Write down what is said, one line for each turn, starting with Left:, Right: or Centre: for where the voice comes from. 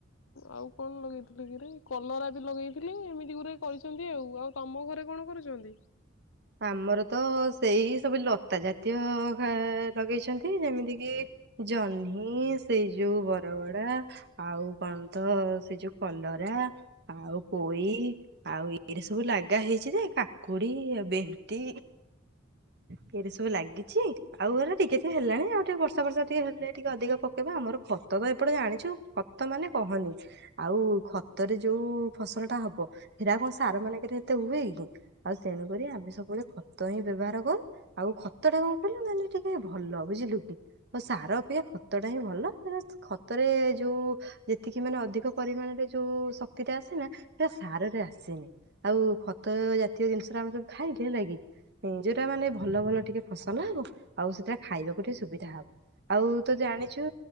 Left: ଆଉ କଣ ଲଗେଇଥିଲେ ଗୁରେ କଲରା ବି ଲଗେଇଥିଲି ଏମିତି ଗୁରେ କରିଛନ୍ତି ଆଉ ଆଉ ତମ ଘରେ କଣ କରୁଛନ୍ତି?
Right: ଆମର ତ ସେଇ ସବୁ ଲତା ଜାତୀୟ ଘା ଲଗେଇଛନ୍ତି ଯେମିତି କିି ଜହ୍ନି ସେଇ ଯୋଉ ବର ବଡା ଆଉ କଣ ତ ସେ ଯୋଉ କଲରା। ଆଉ ପୋଇ ଆଉ ଏଇରା ସବୁ ଲାଗା ହେଇଛି ଯେ କାକୁଡି ଏବେ ଇମତି ଫେରେ ସବୁ ଲାଗିଛି। ଆଉ ଏଇରା ଟିକେ ଟିକେ ହେଲାଣି ଆଉ ଟିକେ ବର୍ଷା ବର୍ଷା ଟିକେ ହେଲେ ଟିକେ ଅଧିକ ପକେଇବା ଆମର ଖତ ବା ଏପଟେ ଜାଣିଚୁ ଖ ତ ମାନେ କହନି। ଆଉ ଖତରେ ଯୋଉ ଫସଲଟା ହବ ହେରା କଁ ସାରମାନେଙ୍କେରେ ଏତେ ହୁଏ କି। ଆଉ ତେଣୁ କରି ଆମେ ସବ ବେଳେ ଖତ ହିଁ ବେବହାର କରୁ ଆଉ ଖତଟା କଁ କହିଲୁ ମାନେ ଟିକେ ଭଲ ବୁଝିଲୁ କି। ଆଉ ସାର ଅପେକ୍ଷା ଖତଟା ହିଁ ଭଲ <unintelligible> ଖତରେ ଯୋଉ ଯେତିକି ମାନେ ଅଧିକ ପରିମାଣରେ ଯୋଉ ଶକ୍ତିଟା ଆସେ ନା ଟା ସାରରେ ଆସେନି। ଆଉ ଖତ ଜାତୀୟ ଜିନିଷରେ ଆମେ ସବୁ ଖାଇ <unintelligible> ଅଁ ଯୋଉଟା ମାନେ ଭଲ ଭଲ ଟିକେ ଫସଲ ହବ ଆଉ ସେଟା ଖାଇବାକୁ ଟିକେ ସୁବିଧା ହବ। ଆଉ ତ ଜାଣିଛୁ